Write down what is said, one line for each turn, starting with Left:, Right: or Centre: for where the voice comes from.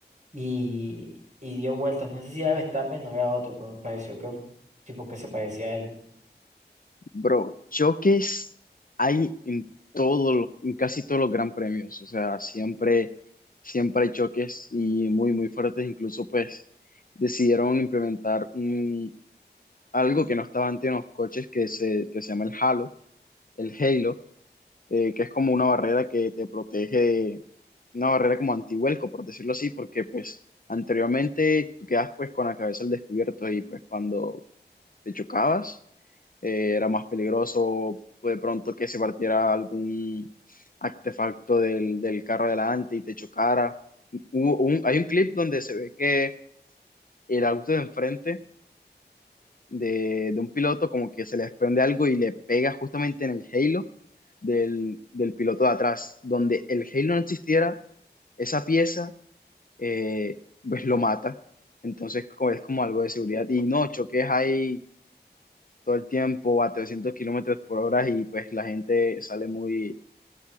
Right: y, y dio vueltas. No sé si era Verstappen o era otro, pero me pareció que tipo que se parecía a él.
Left: Bro, choques hay en todo lo- en casi todos los gran premios, o sea, siempre, siempre hay choques y muy, muy fuertes, incluso pues decidieron implementar un- algo que no estaba antes en los coches que se, que se llama el halo, el halo, eh, que es como una barrera que te protege, de- una barrera como antihuelco, por decirlo así, porque pues anteriormente tú quedas pues con la cabeza al descubierto y pues cuando te chocabas, eh, era más peligroso de pronto que se partiera algún artefacto del, del carro adelante y te chocara. Hubo un- hay un clip donde se ve que el auto de enfrente de, de un piloto como que se le desprende algo y le pega justamente en el halo del, del piloto de atrás. Donde el halo no existiera, esa pieza eh, pues lo mata. Entonces co- es como algo de seguridad. Y no, choques hay todo el tiempo a 300 kilómetros por hora y pues la gente sale muy,